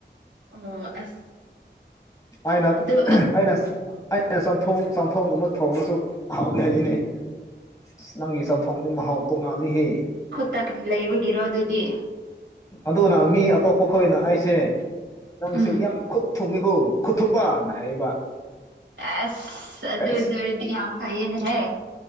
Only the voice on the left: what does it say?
ꯑꯅ
ꯑꯩꯅ ꯑꯦ ꯆꯝꯊꯣꯡ ꯆꯝꯊꯣꯡꯒꯨꯝꯕ ꯊꯣꯡꯅꯁꯨ ꯍꯥꯎꯏꯤ ꯍꯩꯏꯅꯦ ꯑꯁ ꯅꯪꯒꯤ ꯆꯝꯊꯣꯡꯅꯤ ꯃꯍꯥꯎ ꯇꯣꯡꯅꯜꯂꯤꯍꯦ
ꯑꯗꯨꯅ ꯃꯤ ꯑꯇꯣꯞꯄ ꯈꯣꯏꯅ ꯑꯩꯁꯦ ꯅꯪꯁꯦ
ꯌꯥꯝ ꯈꯨꯠ ꯈꯨ ꯊꯨꯝꯃꯤꯒꯣ ꯈꯨꯊꯨꯝꯕꯅ ꯍꯥꯏꯌꯦꯕ
ꯑꯁ